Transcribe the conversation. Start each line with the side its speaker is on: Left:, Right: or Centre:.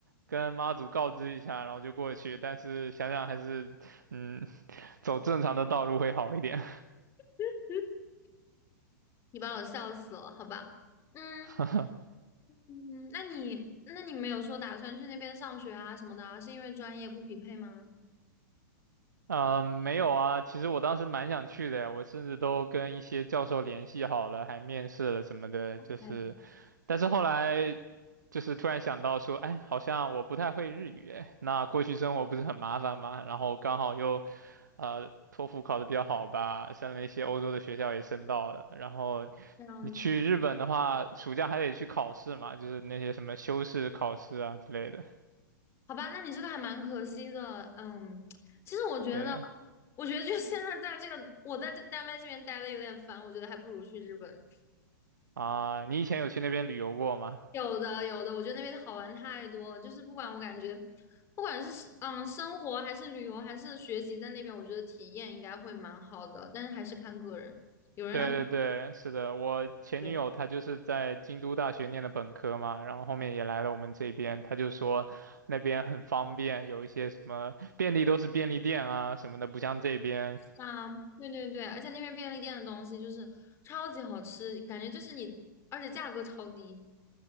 Right: 跟妈祖告知一下，然后就过去，但是想想还是，嗯，<laughs> 走正常的道路会好一点。
Left: <laughs> 你把我笑死了，好吧？嗯
Right: <laughs>
Left: 嗯，那你那你没有说打算去那边上学啊什么的啊，是因为专业不匹配吗？
Right: 嗯，没有啊，其实我当时蛮想去的呀，我甚至都跟一些教授联系好了，还面试了什么的，就是，
Left: 哎，
Right: 但是后来就是突然想到说，哎，好像我不太会日语，哎，那过去生活不是很麻烦吗？然后刚好又，呃，托福考得比较好吧，升了一些欧洲的学校也申到了，然后
Left: 这样子。
Right: 你去日本的话，暑假还得去考试嘛，就是那些什么修士考试啊之类的，
Left: 好吧，那你这个还蛮可惜的。嗯，其实我觉得，
Right: 对啊。
Left: 我觉得就现在在这个，我在这丹麦这边待的有点烦，我觉得还不如去日本。
Right: 啊，你以前有去那边旅游过吗？
Left: 有的，有的，我觉得那边好玩太多了，就是不管我感觉，不管是嗯生活还是旅游还是学习，在那边我觉得体验应该会蛮好的，但是还是看个人。有人那
Right: 对对对，是的，我前女友她就是在京都大学念的本科嘛，
Left: 对
Right: 然后后面也来了我们这边，她就说那边很方便，有一些什么便利都是便利店啊什么的，不像这边。
Left: 啊，对对对，而且那边便利店的东西就是超级好吃，感觉就是你，而且价格超低。